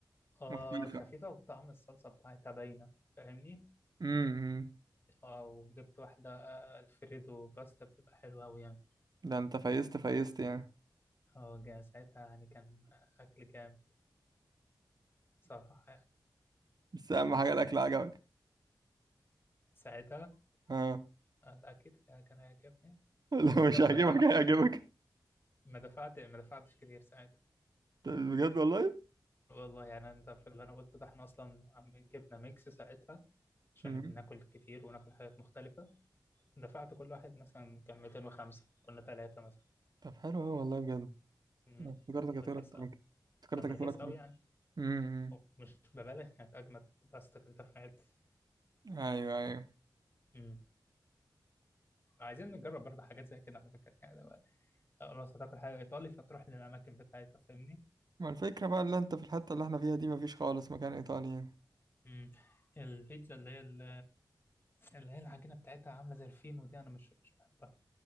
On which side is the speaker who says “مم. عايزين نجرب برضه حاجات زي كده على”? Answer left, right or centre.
Left